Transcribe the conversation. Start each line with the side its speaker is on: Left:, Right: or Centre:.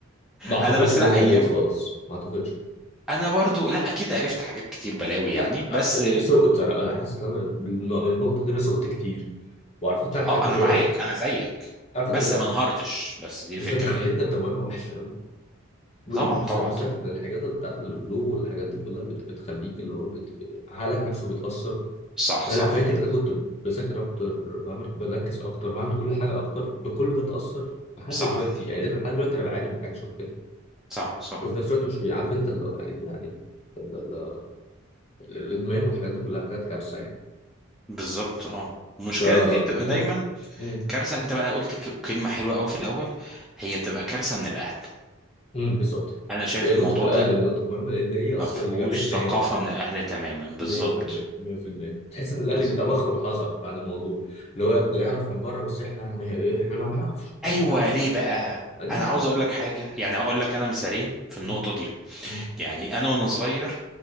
Left: ما اعتقدش
Centre: انا بس
Left: ان
Centre: لا
Left: انا
Centre: ايام
Left: جيد خالص ما اعتقدش
Centre: انا برضو لا اكيد عرفت حاجات كتير بلاوي
Left: لا
Centre: يعني بس
Left: أ- سقط انا انا حاسس ان انا بالن- من النقطه دي انا سقط كتير وعارف انت الحاجات
Centre: اه انا
Left: اللي
Centre: معاك
Left: هو
Centre: انا زيك
Left: عارف انت
Centre: بس
Left: اللي هو
Centre: ما انهارتش بس دي
Left: بس
Centre: الفكره
Left: انت خليتنا
Centre: يعني
Left: بدوامه وحشه بال-
Centre: طبعا
Left: بالز-
Centre: طبعا
Left: بالذات
Centre: طبعا
Left: إن الحاجات بتاعت البلو والحاجات دي كلها بت- بتخليك اللي هو بت... بت- عقلك نفسه بيتأثر
Centre: صح
Left: يعني
Centre: صح
Left: انا فاكر ان انا كنت بذاكر اكتر بعمل بركز اكتر بعمل كل حاجه اكتر بكل ده اتأثر لحد
Centre: صح
Left: دلوقتي يعني أنا لحد دلوقتي انا بعاني من حاجه شبه كده
Centre: صح صح
Left: وفي نفس الوقت مش عارف انت اللي هو يعني يعني ال- ال- ال- الادمان والحاجات دي كلها حاجات كارثه يعني
Centre: بالظبط اه المشكله
Left: ف
Centre: إن دي بتبقى
Left: م-
Centre: دايما
Left: م-
Centre: كارثه انت بقى قلت ك- كلمه حلوه قوي في الاول هي بتبقى كارثه من الاهل
Left: م، بالظبط
Centre: انا شايف
Left: هي
Centre: الموضوع
Left: نقطه الاهل
Centre: ده
Left: اللي نقطه مهمه لان هي اصلا
Centre: ما فيهوش
Left: اللي جابتنا
Centre: ثقافه
Left: هنا اصلا
Centre: من الاهل تماما بالظبط
Left: 100% 100% تحس ان الاهلي
Centre: بالظبط
Left: بيتوخوا الحذر عن الموضوع اللي هو يبدا يعرف من بره بس احنا يعني إيه، احنا ما نعرفش بس
Centre: ايوه
Left: احنا ما نعرف.
Centre: ليه بقى
Left: دي
Centre: انا
Left: مشكله
Centre: عاوز اقول لك حاجه يعني هقول لك انا مثالين في النقطه
Left: م-
Centre: دي
Left: م-
Centre: يعني انا وانا صغير